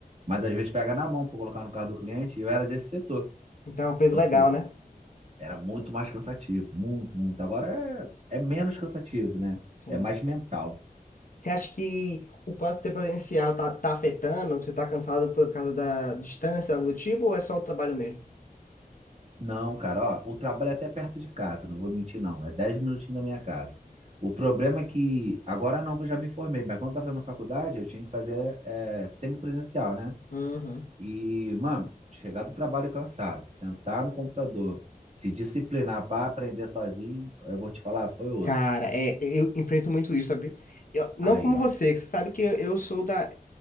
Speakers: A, on the right; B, on the left.
A: Mas às vezes pega na mão para colocar no carro do cliente, e eu era desse setor.
B: Então, é um peso
A: Ou
B: legal,
A: seja,
B: né?
A: era muito mais cansativo, muito, muito. Agora é, é menos cansativo, né?
B: Sim.
A: É mais mental.
B: Você acha que o próprio tempo presencial tá, tá afetando? Você tá cansado por causa da distância, algo do tipo, ou é só o trabalho mesmo?
A: Não, cara, ó, o trabalho é até perto de casa, não vou mentir não, é 10 minutinhos da minha casa. O problema é que, agora não que eu já me formei, mas quando eu tava na faculdade eu tinha que fazer é, semipresencial, né?
B: Uhum.
A: E, mano, chegar do trabalho cansado, sentar no computador, se disciplinar para aprender sozinho, eu vou te falar, foi osso.
B: Cara, é, eu enfrento muito isso, sabe? Eu, não
A: Aí,
B: como
A: ó,
B: você, que você sabe que eu eu sou da,